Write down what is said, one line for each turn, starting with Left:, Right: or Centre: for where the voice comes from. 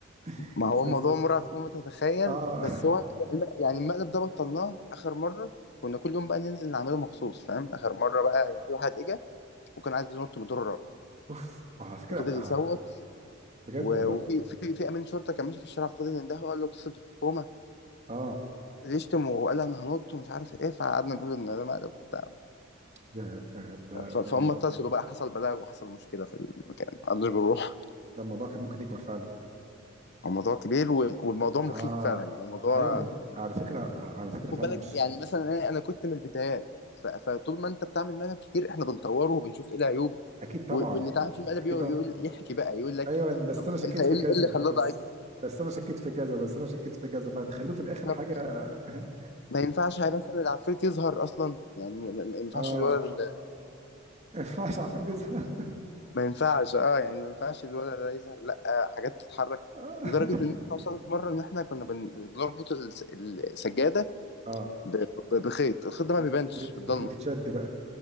Right: <laughs>
Left: ما هو
Right: بس
Left: موضوع مرعب فوق ما تتخيل
Right: اه
Left: بس هو الم- يعني المقلب ده بطلناه اخر مره كنا كل يوم بقى ننزل نعمله مخصوص فاهم اخر مره بقى يعني في واحد اجى وكان عايز ينط من الدور الرابع
Right: <laughs> اوف ما هو على فكره
Left: وفضل
Right: آه،
Left: يصوت
Right: بجد
Left: و-
Right: والله
Left: وفي في في امين شرطه كان ماشي في الشارع فضل يندهه وقال له اتصل بالحكومه
Right: اه
Left: اللي يشتم وقال انا هنط ومش عارف ايه فقعدنا نقول ان ده مقلب وبتاع
Right: ده ده ده
Left: ف- فهم
Right: ده الموضوع
Left: اتصلوا بقى حصل بلاغ وحصل مشكله في المكان ما عندوش بنروح
Right: ده الموضوع كان ممكن يكبر فعلا
Left: الموضوع كبير و- والموضوع مخيف
Right: اه
Left: فعلا يعني الموضوع
Right: ايوه على فكره على فكره
Left: خد
Right: فعلا
Left: بالك
Right: مش
Left: يعني مثلا انا أنا كنت من البدايات ف- فطول ما انت بتعمل مقلب كتير احنا بنطوره وبنشوف ايه العيوب
Right: اكيد طبعا
Left: و- واللي تعمل في المقلب
Right: اكيد
Left: يقول
Right: طبعا
Left: يقول- يحكي بقى يقول لك
Right: ايوه بس
Left: طب
Right: انا شكيت
Left: انت ايه
Right: في
Left: اللي
Right: كذا
Left: إيه اللي خلاه
Right: بس بس انا شكيت في كذا بس انا شكيت في كذا فهتخلوه في الاخر
Left: ضعيف
Right: حاجه <laughs>
Left: ما ينفعش هي مثلا العفريت يظهر اصلا يعني ما ما- ما ينفعش
Right: اه
Left: الولد ال-
Right: ما ينفعش على فكرة دي-
Left: ما ينفعش اه يعني ما ينفعش الولد ده يظهر لا حاجات تتحرك
Right: <laughs>
Left: لدرجه ان احنا وصلت مره ان احنا كنا بن- بنربط الس- السجاده
Right: اه
Left: ب- ب- بخيط الخيط ده ما
Right: و-
Left: بيبانش في الضلمه
Right: و- وتتشد بقى